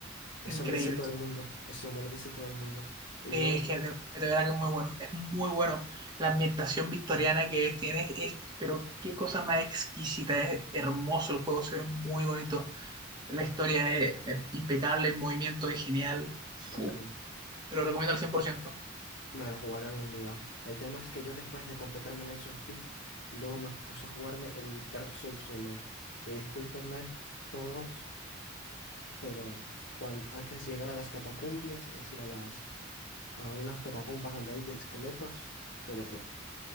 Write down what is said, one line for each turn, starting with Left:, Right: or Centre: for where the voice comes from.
Left: eso
Right: increíble.
Left: lo dice todo el mundo. Eso me lo dice todo el mundo. Y
Right: Sí,
Left: yo,
Right: es que de, de verdad que es muy bueno. Es muy bueno. La ambientación victoriana que tiene es, pero qué cosa más exquisita. Es hermoso el juego, se ve muy bonito. La historia es, es impecable, el movimiento es genial. Fu,
Left: ok.
Right: te lo recomiendo al 100%.
Left: Me lo jugaré algún día. El tema es que yo después de completarme el Ice of P, luego me puse a jugarme el Dark Souls uno Y discúlpenme todos, pero cuando, antes de llegar a las catacumbias, es decir, a las a unas catacumbas donde hay de esqueletos, lo dejé.